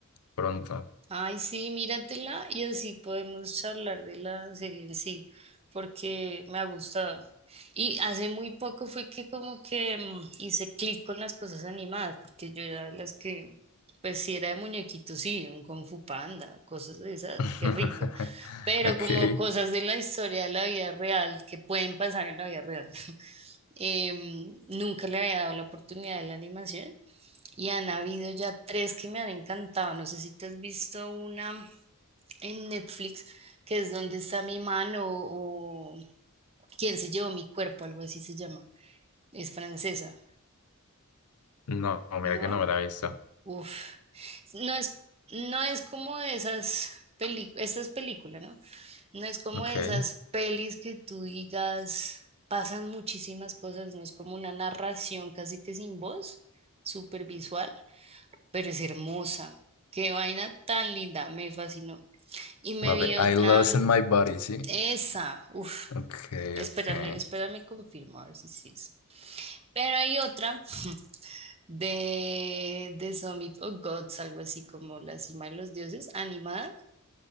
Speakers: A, on the left; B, on the right.
A: pronto.
B: Ay, sí, míratela y así podemos charlar de la serie en sí, porque me ha gustado. Y hace muy poco fue que como que mm, hice clic con las cosas animadas, porque yo era de las que, pues sí era de muñequitos, sí, un Kung Fu Panda, cosas de esas,
A: <laughs>
B: qué rico. Pero
A: Ok.
B: como cosas de la historia de la vida real, que pueden pasar en la vida real. <laughs> Em, nunca le había dado la oportunidad de la animación y han habido ya tres que me han encantado. No sé si te has visto una en Netflix, que es Donde está mi mano o, o Quién se llevó mi cuerpo, algo así se llama. Es francesa,
A: No,
B: ¿no?
A: mira que no me la he visto.
B: Uf. No es, no es como de esas películas, esta es película, ¿no? No es como
A: Ok.
B: de esas pelis que tú digas, pasan muchísimas cosas, no es como una narración casi que sin voz, súper visual pero es hermosa. Qué vaina tan linda, me fascinó. Y me
A: La
B: vi
A: de
B: otra,
A: I Lost in My Body, sí.
B: esa, uff,
A: Ok,
B: espérame,
A: ok.
B: espérame, confirmo, a ver si sí es. Pero hay otra <laughs> de The Summit of Gods, algo así como La Cima de los Dioses, animada,